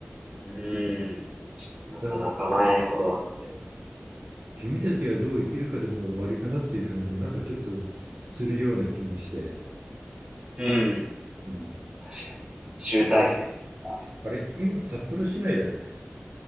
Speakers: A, on the right; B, on the right.
A: うん。ちょっとなかなか前ほどあって。
B: だ君たちがどう生きるかでもう終わりかなっていう感じもなんかちょっとするような気もして。
A: うん。
B: うん、
A: 確かに。集大成というか。
B: あれあれ今札幌市内だっけ